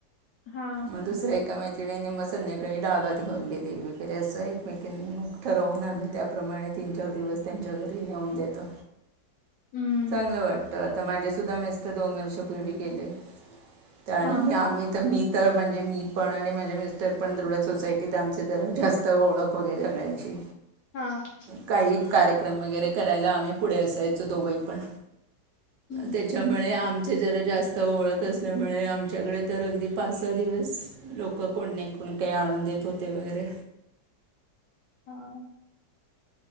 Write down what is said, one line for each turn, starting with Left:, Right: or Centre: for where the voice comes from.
Left: हां,
Right: मग दुसरे एका मैत्रिने मग संध्याकाळी डाळ भात घेऊन गेली वगैरे असं एकमेक मग ठरवून आम्ही त्याप्रमाणे तीन चार दिवस त्यांच्या घरी नेऊन देतो.
Left: <inaudible> हं,
Right: चांगलं वाटत आता माझ्या सुद्धा मिस्टर दोन वर्षापूर्वी गेले. आणि
Left: हां,
Right: आम्ही तर मी तर म्हणजे मी पण आणि माझे मिस्टर पण तेवढ्या सोसायटीत आमचे ज जास्त ओळख वगैरे सगळ्यांची.
Left: हां,
Right: काही कार्यक्रम वगैरे करायला आम्ही पुढे असायचो दोघंही पण
Left: हं,
Right: त्याच्यामुळे आम चं जरा जास्त ओळख असल्यामुळे आमच्याकडे तर अगदी पाच सहा दिवस लोकं कोण नाही कोण काही आणून देत होते वगैरे.
Left: हा.